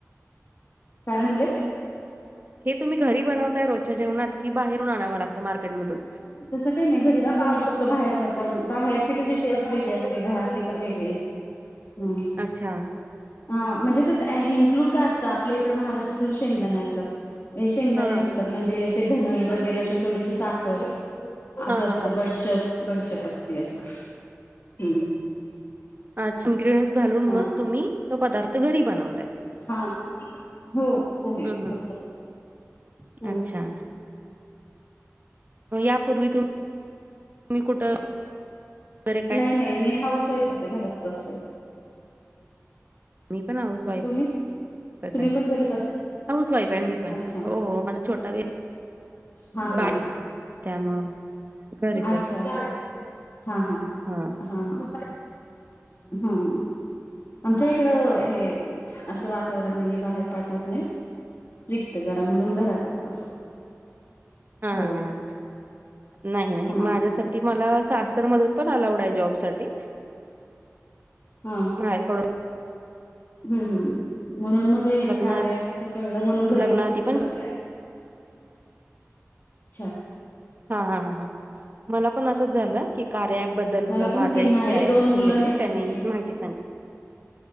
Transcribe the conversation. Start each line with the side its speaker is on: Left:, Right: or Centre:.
Left: काय हाणलंय?
Right: हे तुम्ही घरी बनवताय रोजच्या जेवणात, की बाहेरून आणावं लागतं मार्केटमधून?
Left: तसं काही नाही, घरी पण बनवू शकतो, बाहेरन पण, बाहेरची कशी टेस्ट वेगळी असते, घरातली पण वेगळी
Right: <inaudible>
Left: हम्म
Right: अच्छा.
Left: अ म्हणजे त्यात इनक्लूड काय असतं, आपल्या इकडं महाराष्ट्रात शेंगदाणे असतात. हे शेंगदाणे
Right: हां.
Left: नसतात, म्हणजे असे धने वगैरे असे थोडीशी साखर असं
Right: हां,
Left: असतं
Right: हां, हां.
Left: बडीशोप, बडीशोप असती असं, हम्म
Right: असं इनग्रीअंट्स घालून
Left: हा
Right: मग तुम्ही तो पदार्थ घरी बनव
Left: हा, हो, हो, हे
Right: हं,
Left: <unintelligible>
Right: हं. अच्छा. हो यापूर्वी तु तुम्ही कुठं वगैरे काय?
Left: नाही, नाही मी हाऊस वाईफ आहे घरातच असते.
Right: मी पण हाऊस वाईफ
Left: तुम्ही
Right: कसं
Left: तुम्ही
Right: आहे.
Left: पण घरीच असता
Right: हाऊस वाईफ आहे मी पण,
Left: अच्छा
Right: हो हो माझा छोटा बे
Left: हा
Right: बाळ
Left: हा
Right: त्यामुळे घरीच
Left: अच्छा. हा हा.
Right: हा.
Left: हा हा हं. आमच्या इकडं हे असं वातावरण नाहीये बाहेर पाठवत नाहीत. रिक्त जरा म्हणून घरातच असं
Right: हा हा
Left: हो
Right: हा हा नाही नाही,
Left: हा
Right: माझ्यासाठी मला सासरमधून पण अलाउड आहे जॉब साठी.
Left: हा.
Right: <unintelligible>
Left: हंम हंम म्हणून मग हे
Right: लग्ना
Left: कार्य अँप्सच कळलं, म्हणून घरी
Right: लग्नाआधी
Left: बसून
Right: पण
Left: कर चार.
Right: हा हा हा मला पण असंच झालं, की कार्य अँपबद्दल
Left: मला
Right: बदल
Left: पण
Right: माझ्या
Left: तीन
Right: एक
Left: आहे
Right: हे आहेत
Left: दोन मुलं
Right: रिलेटिव्ह
Left: आणि एक
Right: त्यांनीच
Left: मुलगी
Right: माहिती सांग